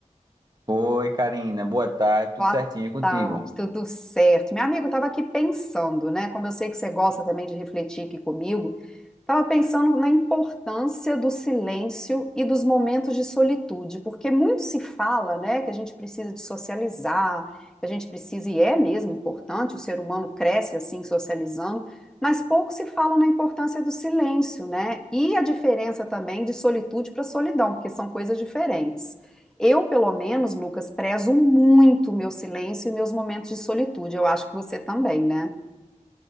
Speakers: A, on the right; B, in the centre.
A: Oi, Karina. Boa tarde. Tudo
B: Boa
A: certinho e contigo?
B: tarde, tudo certo. Meu amigo, eu estava aqui pensando, né? Como eu sei que você gosta também de refletir aqui comigo, Estava pensando na importância do silêncio e dos momentos de solitude, porque muito se fala, né, que a gente precisa de socializar, que a gente precisa, e é mesmo importante, o ser humano cresce assim, socializando, mas pouco se fala na importância do silêncio, né, e a diferença também de solitude para solidão, porque são coisas diferentes. Eu, pelo menos, Lucas, prezo muito o meu silêncio e meus momentos de solitude. Eu acho que você também, né?